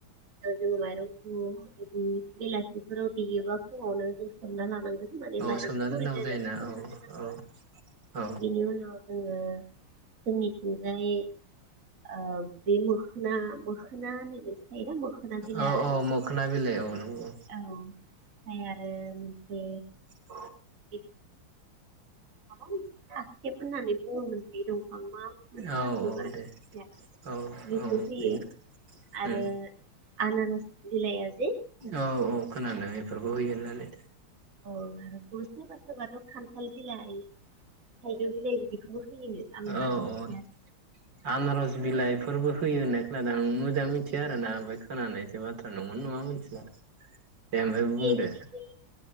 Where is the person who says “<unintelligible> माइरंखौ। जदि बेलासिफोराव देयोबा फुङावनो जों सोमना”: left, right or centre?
Right